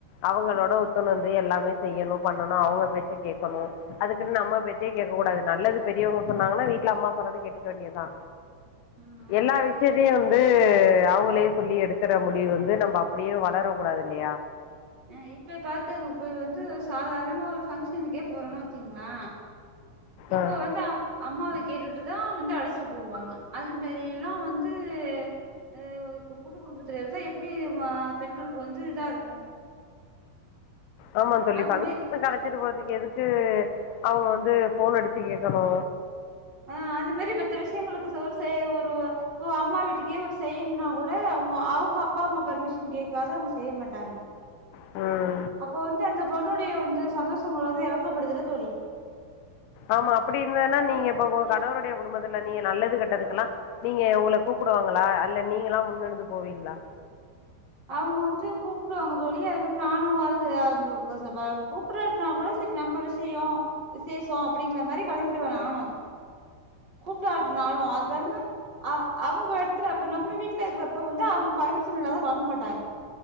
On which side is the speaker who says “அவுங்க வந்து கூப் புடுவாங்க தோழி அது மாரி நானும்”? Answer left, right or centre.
Right